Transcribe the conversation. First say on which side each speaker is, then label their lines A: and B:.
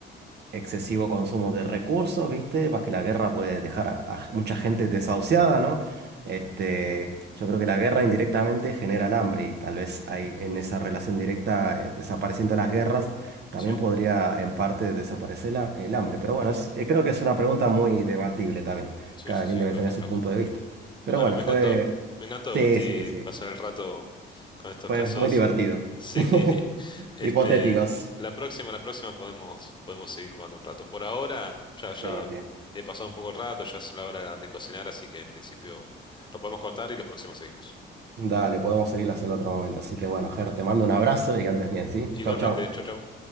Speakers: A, on the right (about 55°); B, on the left (about 25°).
A: excesivo consumo de recursos, ¿viste? Más que la guerra puede dejar a, a mucha gente desahuciada, ¿no? Este, yo creo que la guerra indirectamente genera el hambre y tal vez hay en esa relación directa, eh, desapareciendo las guerras, también
B: Sí,
A: podría en parte desaparecer la- el hambre. Pero bueno, es- eh, creo que es una pregunta muy debatible también.
B: sí,
A: Cada
B: sí, sí,
A: quien debe
B: es loca,
A: tener su
B: es loca.
A: punto de vista. Pero
B: Bueno,
A: bueno,
B: me
A: fue...
B: encantó. Me encantó,
A: Sí,
B: Gusti,
A: sí, sí.
B: pasar el rato con estos
A: Fue
B: casos.
A: muy divertido.
B: Sí,
A: <laughs>
B: <laughs> este,
A: Hipotéticos.
B: la próxima, la próxima podemos, podemos seguir jugando un rato. Por ahora, ya, ya
A: Sí, sí.
B: he pasado un poco el rato, ya es la hora de cocinar, así que en principio lo podemos cortar y la próxima seguimos.
A: Dale, podemos seguirlas en otro momento. Así que bueno, Ger, te mando un abrazo y que andes bien, ¿sí?
B: Igualmente,
A: Chau, chau.
B: chau, chau.